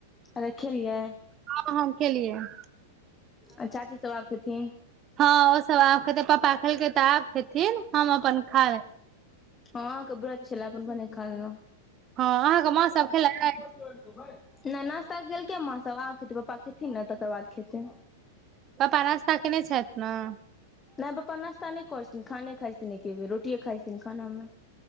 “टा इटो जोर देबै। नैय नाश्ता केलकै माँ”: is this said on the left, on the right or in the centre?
Left